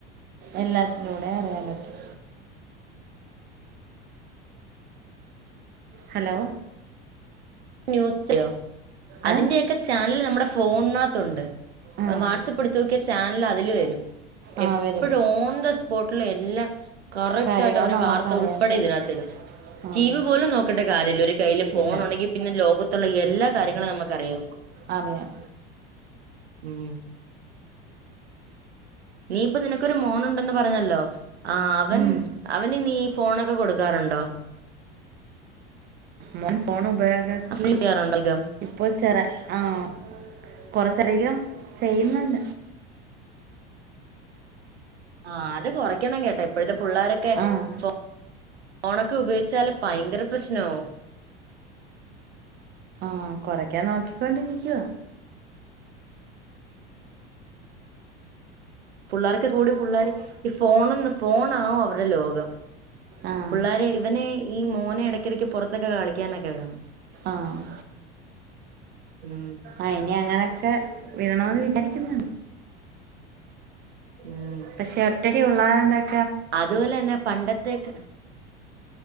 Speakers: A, on the right; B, on the right.
A: എല്ലാത്തിലൂടെ അറിയാൻ പറ്റും ഹലോ
B: ന്യൂസ്‌ <unintelligible> അതിന്റെയൊക്കെ
A: ഏ
B: ചാനൽ നമ്മുടെ ഫോൺനാത്തുണ്ട്.
A: ആഹ്
B: വാട്സപ്പ് എടുത്ത് നോക്കിയ ചാൻല് അതില് വരും.
A: ആഹ്
B: എപ്പഴും
A: വരും
B: ഓൺ ദ സ്പോട്ടിൽ എല്ലാം കറക്റ്റ്
A: കാര്യങ്ങൾ
B: ആയിട്ട് അവര്
A: നമുക്കറിയാം
B: വാർത്ത ഉൾപ്പെടെ
A: സാർ
B: ഇതിനാത്തിടും.
A: ആഹ്
B: ടീവി പോലും നോക്കണ്ട കാര്യല്ല. ഒരു കയ്യില് ഫോൺ
A: ഇല്ല
B: ഉണ്ടെങ്കി പിന്നെ ലോകത്തുള്ള എല്ലാ കാര്യങ്ങളും നമുക്ക് അറിയും.
A: അറിയാം
B: ഉം നീ ഇപ്പൊ നിനക്കൊരു മോനുണ്ടെന്ന് പറഞ്ഞല്ലോ ആ അവൻ
A: ഉം
B: അവന് നീ ഫോണൊക്കെ കൊടുക്കാറുണ്ടോ?
A: മോൻ ഫോൺ ഉപയോഗത്തിൽ
B: യൂസ് ചെയ്യാറുണ്ടോ അധികം
A: ഇപ്പോൾ ചെറ ആഹ് കൊറച്ചധികം ചെയ്യ്ന്ന് ണ്ട്
B: ആഹ് അത് കൊറക്കണം കേട്ടോ. ഇപ്പോഴത്തെ പിള്ളാരൊക്കെ
A: ആഹ്
B: ഫോ ണൊക്കെ ഉപയോഗിച്ചാല് ഭയങ്കര പ്രശ്നാവും.
A: ആഹ് കൊറയ്ക്കാൻ നോക്കിക്കൊണ്ടിരിക്കുവ.
B: പിള്ളേർക്ക് കൂടി പിള്ളേർ ഈ ഫോണന്ന് ഫോണാവും അവരെ ലോകം.
A: ആഹ്
B: പിള്ളാരെ ഇവനെ ഈ മോനെ എടക്കിടയ്ക്ക് പൊറത്തൊക്കെ കളിക്കാനൊക്കെ വിടണം.
A: ആഹ്
B: ഉം
A: ആഹ് ഇനി അങ്ങനെയൊക്കെ വേണോന്ന് വിചാരിക്കുന്നു
B: ഉം
A: പക്ഷെ ഒറ്റയ്ക്ക് <unintelligible>
B: അതുപോലെന്നെ പണ്ടത്തേക്ക്